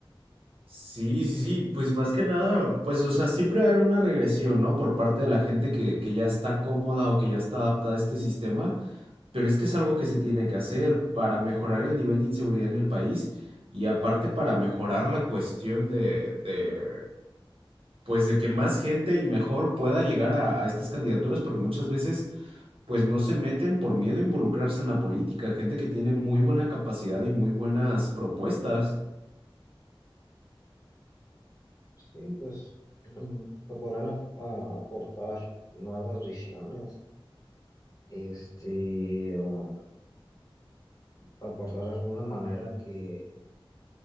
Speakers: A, on the right; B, on the left.
A: Sí, sí, sí, pues más que nada, pues o sea, siempre va a haber una regresión, ¿no? Por parte de la gente que, que ya está cómoda o que ya está adaptada a este sistema, pero es que es algo que se tiene que hacer para mejorar el nivel de inseguridad en el país y aparte para mejorar la cuestión de, de pues de que más gente y mejor pueda llegar a, a estas candidaturas, porque muchas veces pues no se meten por miedo a involucrarse en la política, gente que tiene muy buena capacidad y muy buenas propuestas.
B: Sí, pues mm, que podrán ap- a- aportar nuevas visiones, este, o aportar alguna manera que,